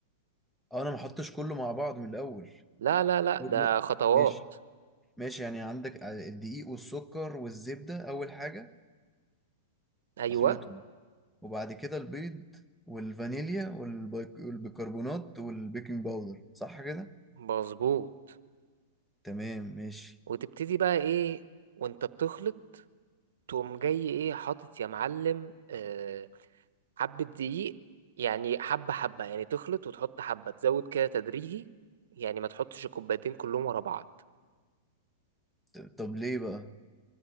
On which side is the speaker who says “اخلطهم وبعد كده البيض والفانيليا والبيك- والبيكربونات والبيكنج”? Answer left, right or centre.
Centre